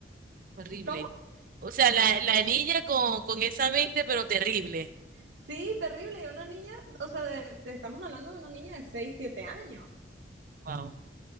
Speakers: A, on the right; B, on the right.
A: horrible.
B: ¿cómo?
A: O sea, la, la niña con, con esa mente, pero terrible.
B: Sí, terrible, y una niña, o sea, de- de- estamos hablando de una niña de 6 7 años.
A: Wow,